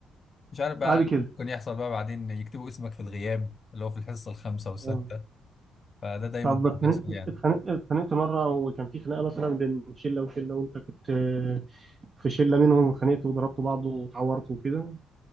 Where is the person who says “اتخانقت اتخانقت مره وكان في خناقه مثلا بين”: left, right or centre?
Right